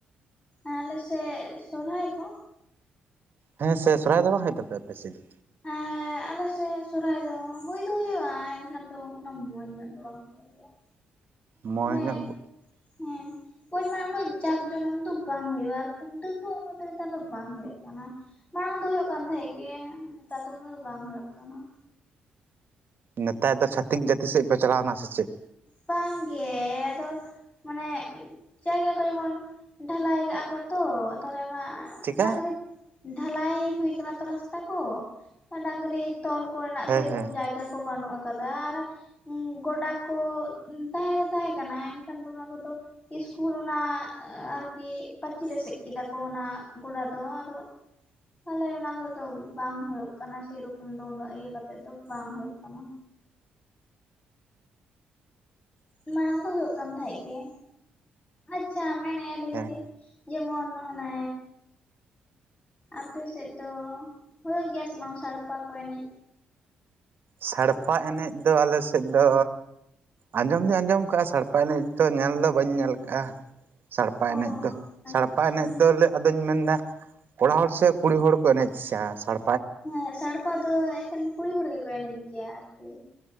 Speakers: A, on the left; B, on the right.
A: ᱟᱞᱮ ᱥᱮ ᱥᱚᱨᱦᱟᱭ ᱠᱚ?
B: ᱦᱮᱸ ᱥᱮ ᱥᱚᱨᱦᱟᱭ ᱫᱚ ᱵᱟᱝ ᱦᱩᱭᱩᱜ ᱛᱟᱯᱮᱭᱟ ᱟᱯᱮᱥᱮᱫ ᱫᱚ?
A: ᱟᱨ <unintelligible> ᱟᱞᱮᱥᱮᱫ ᱥᱨᱦᱟᱭ ᱫᱚ, ᱦᱩᱭ ᱫᱚ ᱦᱩᱭᱩᱜ-ᱟ ᱾ ᱮᱱᱠᱷᱟᱱ ᱫᱚ ᱩᱱᱟᱹᱜ ᱢᱚᱡᱽ ᱧᱚᱜ ᱫᱚ ᱵᱟᱝ ᱦᱩᱭᱩᱼᱜ ᱜᱮᱭ-ᱟ᱾
B: ᱢᱚᱸᱡᱽ
A: ᱚᱱᱮ
B: ᱧᱚᱜ
A: ᱦᱮᱸ ᱠᱩᱡ ᱢᱮ ᱩᱱᱟᱹᱜ ᱡᱟᱠ ᱡᱚᱢᱚᱠ ᱫᱚ ᱵᱟᱝ ᱦᱩᱭᱩᱜ-ᱟ ᱾ ᱟᱨ ᱠᱷᱩᱱᱴᱟᱹ ᱠᱚᱦᱚᱸ ᱩᱱᱟᱹᱜ ᱫᱚ, ᱱᱮᱛᱟᱨ ᱫᱚ ᱵᱟᱝ ᱦᱳᱭᱳᱜ ᱠᱟᱱᱟ᱾ ᱢᱟᱲᱟᱝ ᱫᱚ ᱦᱳᱭᱩᱜ ᱠᱟᱱ ᱛᱟᱦᱮᱸᱫ ᱜᱮ, ᱱᱮᱛᱟᱨ ᱫᱚ ᱩᱱᱟᱹᱜ ᱫᱚ ᱵᱟᱝ ᱦᱳᱭᱳᱼᱜ ᱠᱟᱱᱟ᱾
B: ᱱᱮᱛᱟᱨ ᱫᱚ ᱪᱷᱟᱛᱤᱠ ᱡᱟᱹᱛᱤ ᱥᱮᱫ ᱯᱮ, ᱪᱟᱞᱟᱣᱱᱟ ᱥᱮ ᱪᱮᱫ?
A: ᱵᱟᱝᱜᱮ ᱟᱫᱚ ᱢᱟᱱᱮ ᱪᱟᱭᱜᱟ ᱠᱚ ᱡᱮᱢᱚᱱ, ᱰᱷᱟᱞᱟᱭ ᱠᱟᱜ-ᱟ ᱠᱚ ᱛᱚ, ᱛᱟᱦᱚᱞᱮ ᱚᱱᱟ
B: ᱪᱤᱠᱟ
A: ᱰᱟᱜᱽᱨᱤ, ᱰᱷᱟᱞᱟᱭ ᱦᱩᱭ ᱠᱟᱱᱟ ᱛᱚ ᱨᱟᱥᱛᱟ ᱠᱚ ᱰᱟᱜᱽᱨᱤ ᱛᱚᱞ ᱠᱚᱨᱮᱱᱟᱜ
B: ᱦᱮᱸ
A: ᱥᱮ ᱨᱚᱠᱚᱢ
B: ᱦᱮᱸ
A: ᱡᱟᱭᱜᱟ ᱠᱚ ᱵᱟᱹᱱᱩᱜ ᱟᱠᱟᱫᱟ᱾ ᱟᱨ ᱜᱚᱰᱟ ᱠᱚ ᱛᱟᱦᱮᱸ ᱫᱚ ᱛᱟᱦᱮᱸ ᱠᱟᱱᱟ᱾ ᱮᱱᱠᱷᱟᱱ ᱫᱚ ᱚᱱᱟ ᱠᱚᱫᱚ ᱤᱥᱠᱩᱞ ᱚᱱᱟ ᱟᱨᱠᱤ ᱯᱟᱹᱪᱤᱨ ᱮᱥᱮᱫ ᱠᱮᱫᱟ ᱠᱚ ᱚᱱᱟ ᱜᱚᱰᱟ ᱫᱚ ᱟᱫᱚ ᱛᱟᱦᱞᱮ ᱚᱱᱟ ᱠᱚᱨᱮ ᱫᱚ ᱵᱟᱝ ᱦᱳᱭᱳᱜ ᱠᱟᱱᱟ ᱥᱮᱭ ᱨᱚᱠᱚᱢ ᱫᱚ ᱩᱱᱟᱹᱜ ᱤᱭᱟᱹ ᱠᱟᱛᱮᱜ ᱫᱚ ᱵᱟᱝ ᱦᱳᱭᱳᱜ ᱠᱟᱱᱟ᱾
B: ᱚ
A: ᱢᱟᱲᱟᱝ ᱫᱚ ᱦᱳᱭᱳᱜ ᱠᱟᱱ ᱛᱟᱸᱦᱮᱫ ᱜᱮ ᱟᱪᱪᱷᱟ ᱢᱮᱱ ᱟᱭᱹᱞᱤᱧ
B: ᱦᱮᱸ
A: ᱡᱮ ᱡᱮᱢᱚᱱ ᱚᱱᱮ ᱟᱯᱮ ᱥᱮᱫ ᱫᱚ ᱦᱳᱭᱳᱜ ᱜᱮᱭᱟ ᱥᱮ ᱵᱟᱝ ᱥᱟᱲᱯᱟ ᱠᱚ ᱮᱱᱮᱡ?
B: ᱥᱟᱲᱯᱟ ᱮᱱᱮᱡ ᱫᱚ ᱟᱞᱮ ᱥᱮᱫ ᱫᱚ ᱟᱸᱡᱚᱢ ᱫᱚᱩᱧ ᱟᱸᱡᱚᱢ ᱠᱟᱜᱼᱟ ᱥᱟᱲᱯᱟ ᱮᱱᱮᱡ ᱛᱚ ᱧᱮᱞ ᱫᱚ ᱵᱟᱹᱧ ᱧᱮᱞ ᱠᱟᱜᱼᱟ᱾ ᱥᱟᱲᱯᱟ
A: ᱚ
B: ᱮᱱᱮᱡ ᱫᱚ
A: ᱟᱪᱪᱷᱟ
B: ᱥᱟᱲᱯᱟ ᱮᱱᱮᱡ ᱫᱚ ᱟᱫᱚᱧ ᱢᱮᱱ ᱫᱟ ᱠᱚᱲᱟ ᱦᱚᱲ ᱥᱮ ᱠᱩᱲᱤ ᱦᱚᱲ ᱠᱚ ᱮᱱᱮᱡ ᱥᱟ ᱥᱟᱲ
A: ᱦᱮᱸ ᱥᱟᱲᱯᱟ ᱫᱚ ᱮᱠᱷᱮᱱ ᱠᱩᱲᱤ ᱦᱚᱲ ᱜᱮᱠᱚ ᱮᱱᱮᱡ ᱜᱮᱭᱟ ᱟᱨᱠᱤ᱾